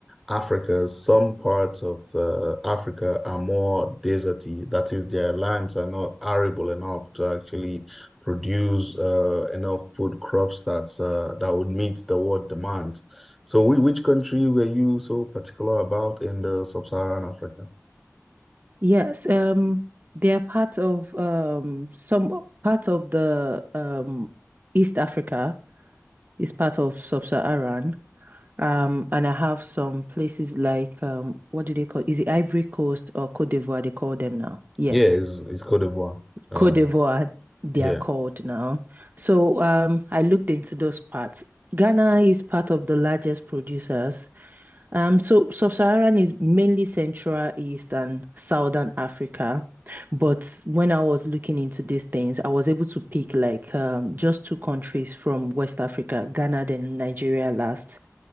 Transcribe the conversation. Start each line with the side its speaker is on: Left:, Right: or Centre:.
Centre: Africa, some parts of uh, Africa are more deserty. That is, their lands are not arable enough to actually produce uh, enough food crops that's uh, that would meet the world demand. So whi- which country were you so particular about in the sub-Saharan Africa?
Right: yes, um they are part of um some part of the um East Africa is part of Sub-Saharan. Um, and I have some places like um, what do they call? Is it Ivory Coast or Côte d'Ivoire? They call them now. Yes,
Centre: Yeah, it's, it's Côte d'Ivoire. Uh,
Right: Côte d'Ivoire. They
Centre: yeah.
Right: are called now. So um, I looked into those parts. Ghana is part of the largest producers. Um, so Sub-Saharan is mainly Central, East, and Southern Africa. But when I was looking into these things, I was able to pick like um, just two countries from West Africa, Ghana, then Nigeria last.